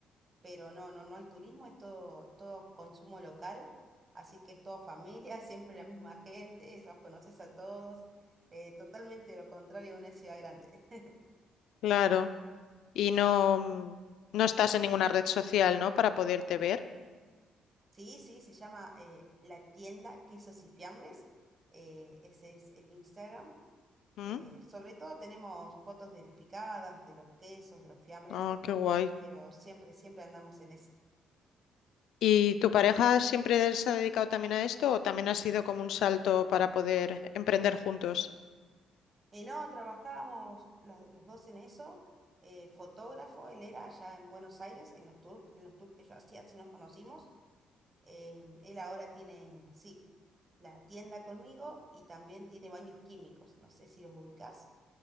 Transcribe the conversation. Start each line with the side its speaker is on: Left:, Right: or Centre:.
Right: pero no, no, no hay turismo, es todo, todo consumo local, así que es todo familia, <laughs> siempre la misma gente, los conoces a todos, eh, totalmente lo contrario de una ciudad grande. <laughs>
Left: claro. Y no, mm, no estás en ninguna red social, ¿no? Para poderte ver.
Right: Sí, sí, se llama eh, La Tienda Quesos y Fiambres, eh, ese es el Instagram.
Left: ¿Mm?
Right: Eh, sobre todo tenemos fotos de las picadas, de los quesos, de los fiambres,
Left: Ah, qué guay.
Right: pero siempre, siempre andamos en esa.
Left: ¿Y tu pareja siempre se ha dedicado también a esto o también ha sido como un salto para poder emprender juntos?
Right: Y no, trabajábamos la- los dos en eso. eh, fotógrafo, él era allá en Buenos Aires, en los tours, en los tours que yo hacía, así nos conocimos. em, él ahora tiene, sí, la tienda conmigo y también tiene baños químicos, no sé si los ubicás.